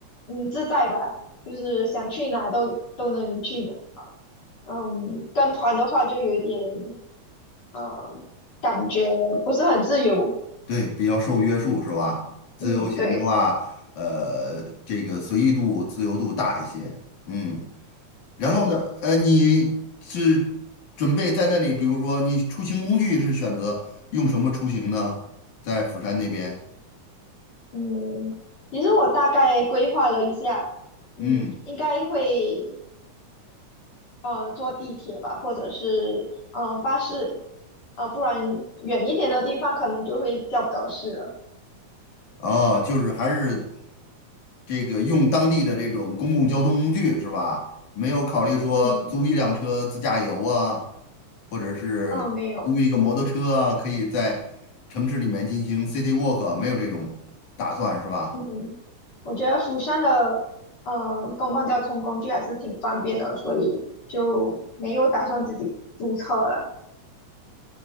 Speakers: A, on the left (about 50°); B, on the left (about 65°).
A: 嗯自在吧，就是想去哪都都能去，嗯，跟团的话就有点，嗯，感觉不是很自由。
B: 对，比较受约束是吧？自由行的话，
A: 嗯，对
B: 呃，这个随意度、自由度大一些。嗯，然后呢，
A: 对，
B: 呃，你是准备在那里，比如说你出行工具是选择用什么出行呢？在釜山那边，
A: 嗯，其实我大概规划了一下，嗯，
B: 嗯。
A: 应该会呃坐地铁吧，或者是呃巴士，呃，不然远一点的地方可能就会叫德士了。
B: 哦，就是还是这个用当地的这种公共交通工具是吧？没有考虑说租一辆车自驾游啊，
A: 嗯
B: 或者是租一个摩托车啊，
A: 嗯，没有，
B: 可以在城市里面进行 city walk，没有这种打算是吧？
A: 嗯，我觉得釜山的呃公共交通工具还是挺方便的，所以就没有打算自己租车了。